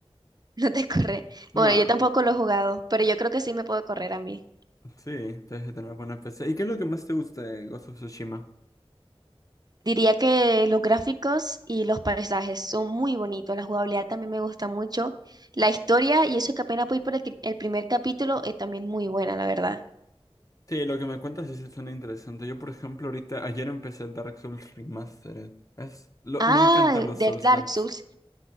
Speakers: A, on the right; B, on the left.
A: <laughs> no te corre.
B: No.
A: Bueno, yo tampoco lo he jugado, pero yo creo que sí me puedo correr a mí.
B: Sí, debes de tener buena PC. ¿Y qué es lo que más te gusta de Ghost of Tsushima?
A: Diría que los gráficos y los paisajes son muy bonitos, la jugabilidad también me gusta mucho, la historia y eso que apenas voy por el, que- el primer capítulo es también muy buena, la verdad.
B: Sí, lo que me cuentas sí se suena interesante. Yo, por ejemplo, ahorita, ayer empecé Dark Souls Remastered. Es, lo-
A: Ah,
B: me encantan los
A: de
B: Souls-likes.
A: Dark Souls.